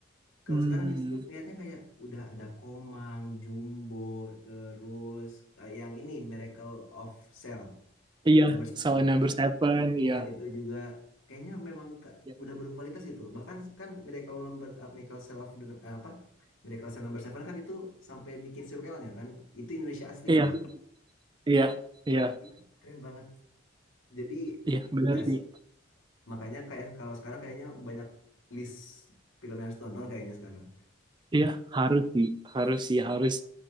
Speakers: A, on the left; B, on the right.
A: Kalau
B: Hmm.
A: sekarang justru lihatnya kayak udah ada Komang, Jumbo, terus eh, yang ini Miracle of Cell
B: Iya.
A: number seven.
B: Saw number seven. Iya.
A: Nah, itu juga kayaknya memang ke-
B: Iya.
A: udah berkualitas gitu loh. Bahkan kan Miracle number eh, Miracle Cell of the, eh, apa? Miracle Cell number seven kan itu sampai bikin sequelnya kan. Itu Indonesia asli
B: Iya.
A: padahal.
B: Iya. Iya.
A: Itu keren banget. Jadi
B: Iya. Benar
A: yes,
B: sih.
A: makanya kayak kalau sekarang kayaknya banyak list film yang harus ditonton kayaknya sekarang.
B: Iya, harus sih, harus sih, harus.